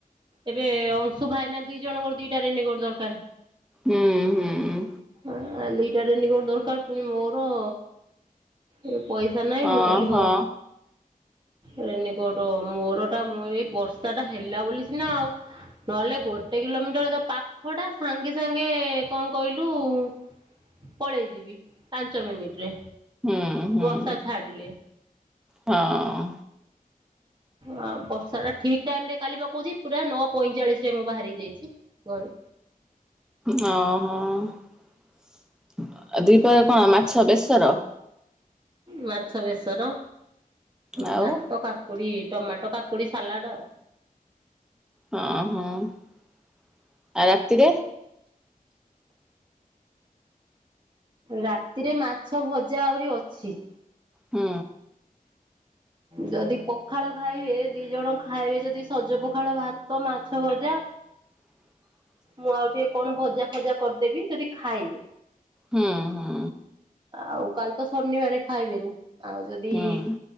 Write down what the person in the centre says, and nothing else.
ହୁଁ, ହୁଁଁ।
ଓହୋ
ହୁଁ ହୁଁ।
ହଁ।
ହଁ, ହଁ ଆଉ ଦିପହରେ କଣ ମାଛ ବେସର?
ଆଉ
ହଁ
ହଁ, ହଁ ଆଉ ରାତିରେ?
ହୁଁ।
<inaudible>
ହୁଁ। ହୁଁ
ହୁଁ